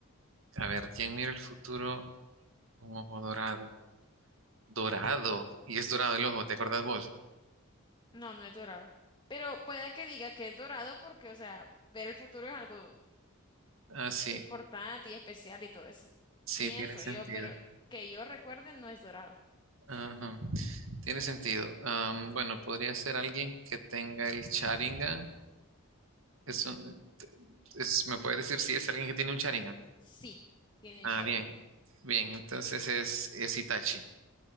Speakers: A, on the right; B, on the left.
A: A ver, ¿quién mira el futuro? Un ojo dorado. Dorado. Y es dorado el ojo, ¿te acordás vos?
B: No, no es dorado. Pero pueda que diga que es dorado porque, o sea, ver el futuro es algo
A: Ah, sí,
B: importante y especial y todo eso.
A: sí,
B: Pienso
A: tiene sentido.
B: yo, pero que yo recuerde no es dorado.
A: Ajá, Tiene sentido. Am, bueno, podría ser alguien que tenga el Sharingan. Es un- es- ¿me puede decir si es alguien que tiene un Sharingan?
B: Sí, tiene
A: Ah,
B: un Sharingan.
A: bien, bien. Entonces es, es Itachi.